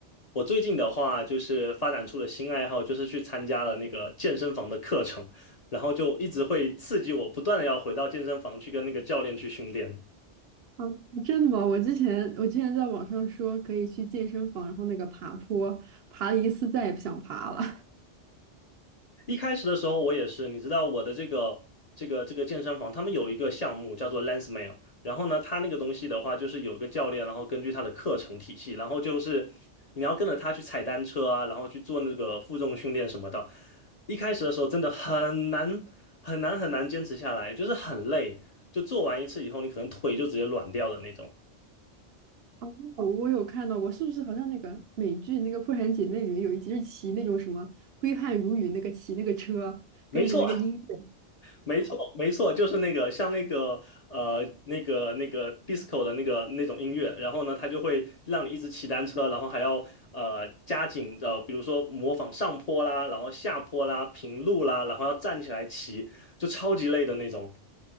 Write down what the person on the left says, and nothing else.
我最近的话，就是发展出了新爱好，就是去参加了那个健身房的课程，然后就一直会刺激我，不断的要回到健身房去跟那个教练去训练。
一开始的时候，我也是，你知道我的这个这个这个健身房，他们有一个项目叫做 Lensmail，然后呢，他那个东西的话，就是有一个教练，然后根据他的课程体系，然后就是你要跟着他去踩单车啊，然后去做那个负重训练什么的。一开始的时候真的很难很难很难坚持下来，就是很累，就做完一次以后，你可能腿就直接软掉的那种。
没错，
没错，没错，就是那个像那个呃那个那个 disco 的那个那种音乐，然后呢，它就会让你一直骑单车，然后还要呃加紧的，比如说模仿上坡啦，然后下坡啦，平路啦，然后要站起来骑，就超级累的那种。